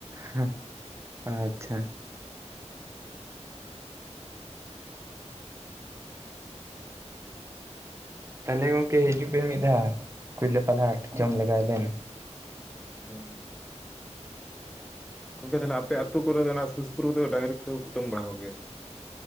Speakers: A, on the right (about 20°); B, in the centre.
A: ᱦᱮ ᱟᱪᱪᱷᱟ ᱾ ᱛᱟᱦᱚᱞᱮ ᱜᱚᱝᱠᱮ ᱦᱤᱡᱩᱜ ᱵᱮᱱ ᱢᱤᱫ ᱫᱷᱟᱣ ᱠᱩᱭᱞᱟᱹᱯᱟᱞ ᱦᱟᱴ ᱡᱚᱢ ᱞᱮᱜᱟᱭ ᱵᱮᱱ᱾
B: ᱦᱮᱸ ᱾ ᱜᱚᱝᱠᱮ ᱛᱟᱦᱚᱞᱮ ᱟᱯᱮ ᱟᱹᱛᱩ ᱠᱚᱨᱮ ᱫᱚ ᱚᱱᱟ ᱥᱩᱨ ᱥᱯᱩᱨ ᱠᱚᱫᱚ ᱰᱟᱝᱜᱨᱤ ᱠᱚᱛ ᱫᱚ ᱠᱩᱴᱟᱹᱢ ᱵᱟᱲᱟ ᱠᱚ ᱜᱮᱭᱟ ᱥᱮ ᱵᱟᱝ?